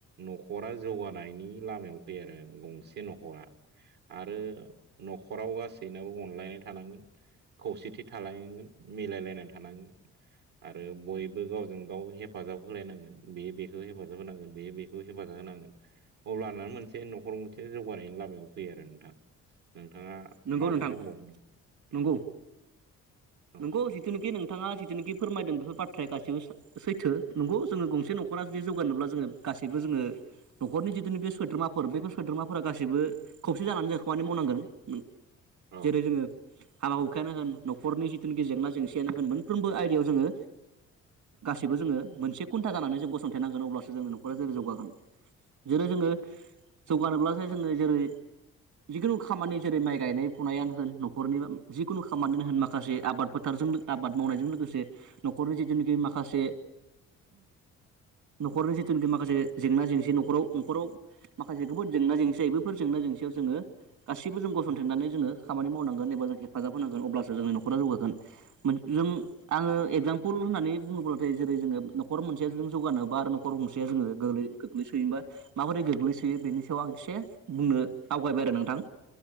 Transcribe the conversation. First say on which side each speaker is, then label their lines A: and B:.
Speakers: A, on the right; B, on the right.
A: न'खरा जौगानायनि लामायाव फैयो आरो गंसे न'खरा। आरो न'खराव गासैनाबो अनलायनाय थानांगोन। खौसेथि थालानांगोन मिलायलायनानै थानांगोन। आरो बयबो गावजों गाव हेफाजाब होलायनांगोन बेयो बेखौ हेफाजाब होनांगोन बेयो बेखौ हेफाजाब होनांगोन। अब्लाना मोनसे न'खराव मोनसे जौगानायनि लामायाव फैयो आरो नोंथां। नोंथाङा
B: नंगौ
A: माबाफोर
B: नोंथां
A: बुंबावनो
B: नंगौ।
A: उम औ
B: नंगौ जिथुनिखि नोंथाङा जिथुनिखि फोरमायदों बेफोर बाथ्राया गासि गासैबो सैथो नंगौ जोङो गंसे न'खरा जुदि जौगानोब्ला जोङो गासैबो जोङो न'खरनि जिथुखि सोद्रोमाफोर बेफोर सोद्रोमाफोरा गासैबो खौसे जानानै जों खामानि मावनांगोन। जेरै
A: औ
B: जोङो हाबा हुखायानो होन, न'खरनि जिथुनाखि जेंना -जेंसिआनो होन मोनफ्रोमबो आयदायाव जोङो गासैबो जोङो मोनसे खुन्था जानानै जों गसंथ नांगोन अब्लासो जोंनि न'खरा जेरै जौगागोन। जेरै जोङो
A: औ
B: जौगानोब्लासो जोङो जेरै जिखुनु खामानि जेरै माइ गायनाय फुनायानो होन न'खरनि जिखुनु खामानियानो होन माखासे आबाद फोथारजों आबाद मावनायजों लोगो से न'खरनि जिथुनाखि माखासे नख'रनि जिथुनिखि माखासे जेंना जेंसि न'खराव नख'राव माखासे जोबोद जेंना जेंसि जायो बेफोर जेंना जोंसेयाव जोङो गासै गसिबो जों गसंथेनानै जोङो खामानि मावनांगोन एबा जों हेफाजाब होनांगोन अब्लासो जोंनि नख'रा जौगागोन। मोन जों आङो एगजाम्पोल होननानै बुङोब्लाथाय जेरै जोङो न'खर मोनसेया जों जौगानोबा आरो नखर गंसेया जोङो जोरै गोग्लैसोयोमबा माबोरै गोग्लैसोयो बेनि सायाव आं एसे बुंनो आवगायबाय आरो नोंथां।